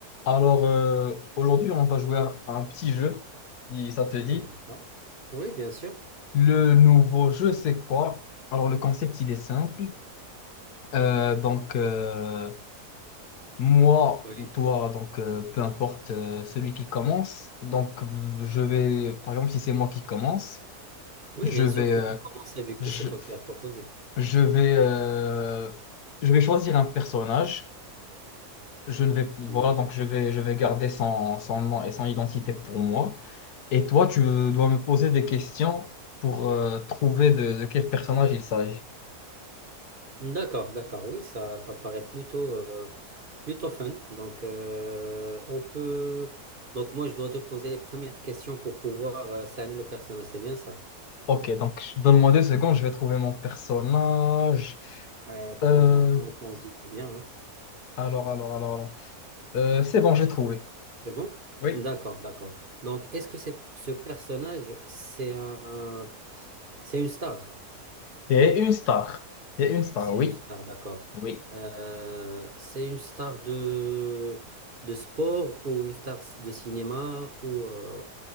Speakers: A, on the left; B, on the right.
A: Alors, euh, aujourd'hui, on va jouer à un petit jeu, si ça te dit.
B: Hmm, D'accord. Oui, bien sûr.
A: Le nouveau jeu, c'est quoi? Alors, le concept, il est simple. Euh, donc, euh, moi
B: Oui.
A: ou toi, donc, euh, peu importe euh, celui qui commence. Donc, euh, je vais, par exemple, si c'est moi qui commence,
B: Oui,
A: je
B: bien
A: vais,
B: sûr, tu
A: euh,
B: peux commencer vu que
A: je,
B: c'est toi qui as proposé.
A: je vais, euh, je vais choisir un personnage. Je ne vais, voilà,
B: D'accord.
A: donc, je vais, je vais garder son, son nom et son identité pour moi. Et toi, tu dois me poser des questions pour euh, trouver de, de quel personnage il s'agit.
B: D'accord, d'accord. Oui, ça, ça paraît plutôt, euh, plutôt fun. Donc, euh, on peut. Donc, moi, je dois te poser les premières questions pour pouvoir euh, cerner le personnage. C'est bien ça.
A: Ok, donc donne-moi deux secondes, je vais trouver mon personnage.
B: Ouais, prends
A: Euh,
B: ton temps et pense-y bien. hein.
A: alors, alors, alors, alors. Euh, c'est bon, j'ai trouvé.
B: C'est bon?
A: Oui.
B: D'accord, d'accord. Donc, est-ce que c'est, ce personnage, c'est un, c'est une star?
A: C'est une star. C'est une star,
B: C'est
A: oui.
B: une star, d'accord.
A: Oui.
B: Euh, c'est une star de, de sport ou une star de cinéma ou euh,